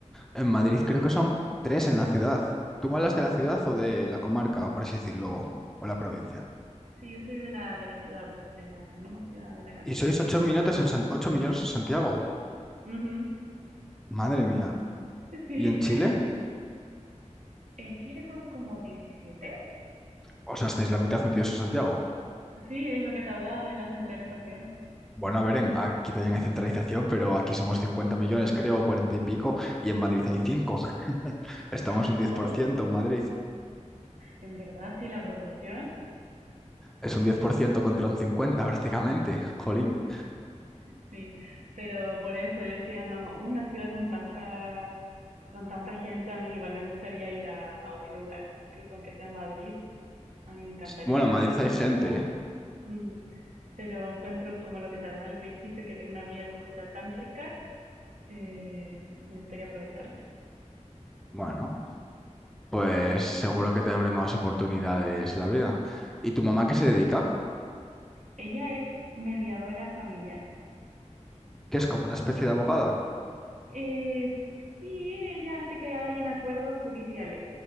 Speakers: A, in the centre; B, on the right.
A: En Madrid creo que son tres en la ciudad. ¿Tú me hablas de la ciudad o de la comarca, o por así decirlo, o la provincia?
B: Sí, sí, yo soy de la, de la ciudad, de la misma ciudad, de la capital.
A: Y sois ocho minutos en San- ocho millones en Santiago.
B: Ujú,
A: Madre mía.
B: Sí.
A: ¿Y en
B: <laughs>
A: Chile?
B: En Chile son como 17.
A: O sea, estáis la mitad metidos en Santiago.
B: Sí, es lo que te hablaba de la centralización.
A: Bueno, a ver, en- aquí también hay centralización, pero aquí somos 50 millones, creo, 40 y pico, y en Madrid hay 5. <laughs> Estamos
B: Ah,
A: un
B: sí,
A: diez
B: oh,
A: por ciento en Madrid.
B: en verdad sí, la proporción,
A: Es un 10% contra un 50 prácticamente. Jolín.
B: sí, pero por eso yo decía, no, una ciudad con tanta, con tanta gente, a mí igual me gustaría ir a, a otro lugar, incluso aunque sea Madrid, a mí me encantaría
A: Bueno, en Madrid
B: viajar
A: hay
B: por
A: gente,
B: España,
A: ¿eh?
B: Mm, pero encuentro como lo que te hablaba al principio, que tengo una vida cultural tan rica, eh, me gustaría aprovecharla.
A: Bueno. pues
B: sí.
A: seguro que te abre nuevas oportunidades la vida. ¿Y tu mamá qué
B: sí.
A: se dedica?
B: Ella es mediadora familiar,
A: Que es como una especie de abogada
B: Eh, sí, ella hace que hayan acuerdos judiciales